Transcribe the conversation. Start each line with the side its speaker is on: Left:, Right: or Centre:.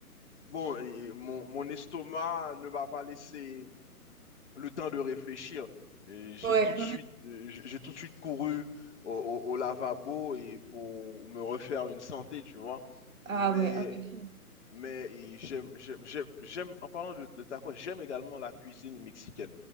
Left: Bon, et mon, mon estomac ne m'a pas laissé. le temps de réfléchir. Et J'ai
Right: Ouais.
Left: tout de suite, euh, j'ai tout de suite couru au, au- au lavabo et pour me refaire une santé, tu vois.
Right: Ah
Left: Mais
Right: ouais, ah purée.
Left: mais j'aime, j'aime, j'aime, j'aime- en parlant de, de tacos, j'aime également la cuisine mexicaine.